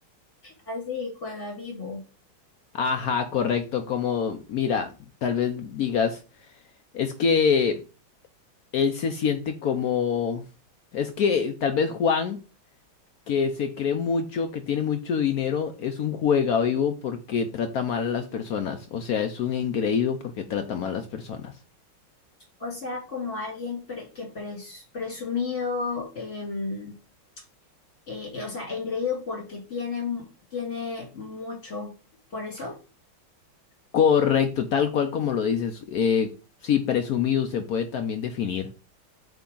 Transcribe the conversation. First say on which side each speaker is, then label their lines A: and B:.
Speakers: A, on the left; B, on the left.
A: Así juega vivo.
B: Ajá, correcto, como, mira, tal vez digas, es que él se siente como, es que tal vez Juan, que se cree mucho, que tiene mucho dinero, es un juega vivo porque trata mal a las personas. O sea, es un engreído porque trata mal a las personas.
A: O sea, como alguien pre- que pres- presumido, em, eh, eh, o sea, engreído porque tiene, mu- tiene mucho. Por eso,
B: Correcto, tal cual como lo dices. eh, sí, presumido se puede también definir.